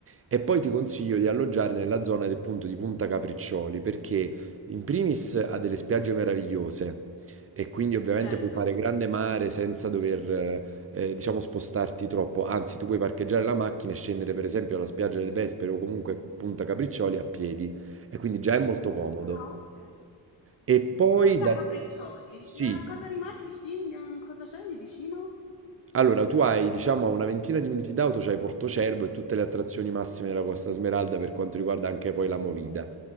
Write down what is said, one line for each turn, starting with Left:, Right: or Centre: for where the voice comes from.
Right: E poi ti consiglio di alloggiare nella zona del punto di Punta Capriccioli, perché in primis ha delle spiagge meravigliose e quindi ovviamente
Left: certo.
Right: puoi fare grande mare senza dover, eh, eh, diciamo, spostarti troppo. Anzi, tu puoi parcheggiare la macchina e scendere, per esempio, alla spiaggia del Vespero o comunque Punta Capriccioli a piedi e quindi già è molto comodo.
Left: Ah, ok.
Right: E poi
Left: Punta
Right: da...
Left: Capriccioli.
Right: sì,
Left: Eh, A cosa rimane vicino? A Cosa c'è di vicino?
Right: allora, tu hai, diciamo, a una ventina di minuti d'auto, c'hai Portocervo e tutte le attrazioni massime della Costa Smeralda per quanto riguarda anche poi la movida.